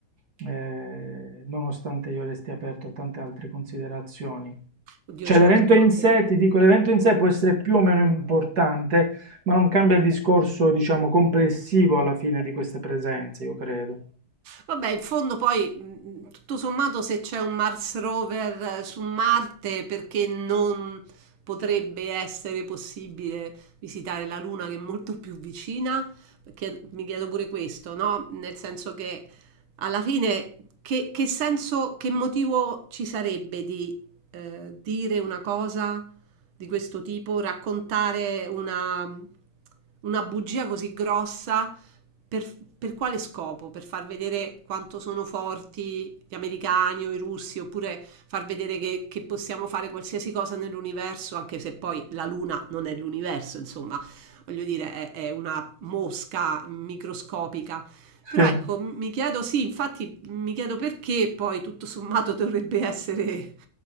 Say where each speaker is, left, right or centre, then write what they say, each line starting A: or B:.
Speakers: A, on the right; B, on the right.
A: eh, nonostante io resti aperto a tante altre considerazioni.
B: Oddio
A: Cioè
B: certo,
A: l'evento in sé,
B: se
A: ti dico, l'evento in sé può essere più o meno importante, ma non cambia il discorso, diciamo, complessivo alla fine di queste presenze, io credo.
B: Vabbè, in fondo poi, mh, tutto sommato, se c'è un Mars rover eh, su Marte, perché non potrebbe essere possibile visitare la Luna che è molto più vicina? Chied- mi chiedo pure questo, no? Nel senso che alla fine, che, che senso, che motivo ci sarebbe di eh, dire una cosa di questo tipo, raccontare una una bugia così grossa? Per, per quale scopo? Per far vedere quanto sono forti gli americani o i russi, oppure far vedere che, che possiamo fare qualsiasi cosa nell'universo, anche se poi la Luna non è l'universo, insomma, voglio dire, è, è una mosca microscopica. Però
A: Sì,
B: ecco, m- mi chiedo, sì, infatti mi chiedo perché poi tutto sommato dovrebbe essere